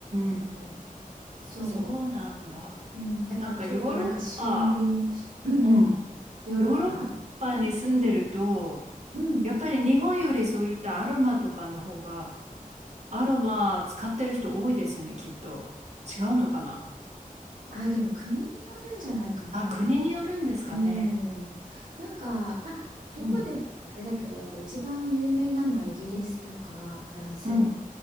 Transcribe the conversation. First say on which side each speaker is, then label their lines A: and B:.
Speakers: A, on the right; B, on the right.
A: うん。
B: んうん、
A: そ
B: そうなんだ。
A: う。うん、だからちょっとなんか森林、
B: なんかヨーロッパ、
A: しうんうん、
B: うん、
A: ヨーロッパ
B: ヨーロッパに住んでると、
A: うん。
B: やっぱり日本よりそういったアロマとかの方が、アロマ使ってる人多いですよね、きっと。違うのかな。
A: あー、でも国によるんじゃないかな。
B: あ、国によるんですかね。
A: うん。なんか、まあ、どこでもあれだけど、
B: うん、
A: やっぱ一番有名なのはイギリスとかフランス。
B: うん、う